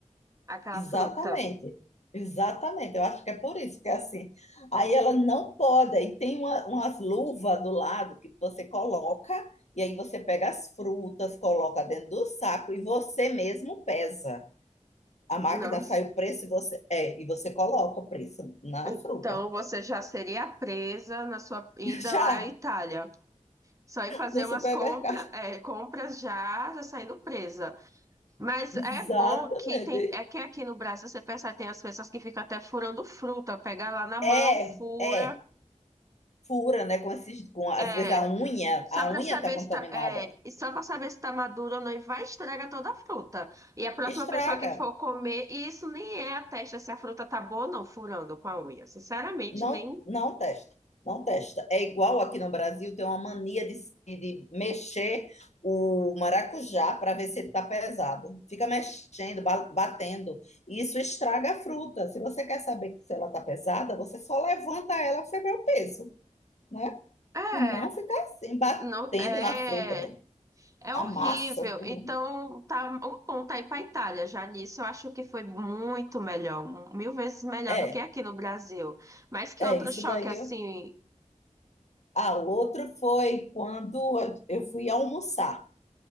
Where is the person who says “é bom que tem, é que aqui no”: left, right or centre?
Right